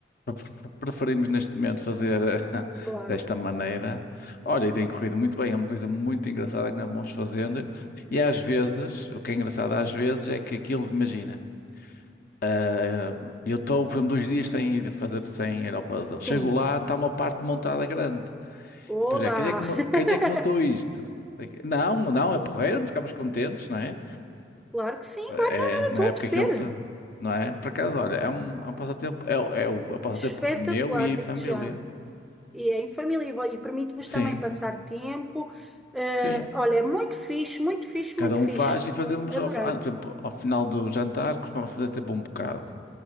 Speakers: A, on the left; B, in the centre.
A: pre- pre- preferimos neste momento fazer ah,
B: claro.
A: <laughs> desta maneira. Olha, e tem corrido muito bem, é uma coisa muito engraçada que nós vamos fazendo. E às vezes, o que é engraçado às vezes é que aquilo, imagina, ah, eu estou, por exemplo, dois dias sem ir fazer, sem ir ao puzzle. Chego
B: Sim.
A: lá, está uma parte montada grande.
B: Olá!
A: E depois é, quem é que, mo-
B: <laughs>
A: quem é que montou isto? Não, não, é porreiro, ficamos contentes, não é?
B: Claro que sim, claro,
A: É,
B: não, não, não,
A: na
B: estou
A: época
B: a perceber.
A: que ele te, não é? Por acaso, olha, é um, é um passatempo, é, o- é o é um passatempo
B: Espetacular,
A: meu e em
B: digo-te
A: família.
B: já. E é em família e vou- e permite-vos
A: Sim,
B: também passar tempo. Eh,
A: sim.
B: olha, é muito fixe, muito fixe,
A: Cada
B: muito
A: um
B: fixe.
A: faz e fazemos,
B: Adorei.
A: ao, fi- ah, por exemplo, ao final do jantar, costumamos fazer sempre um bocado.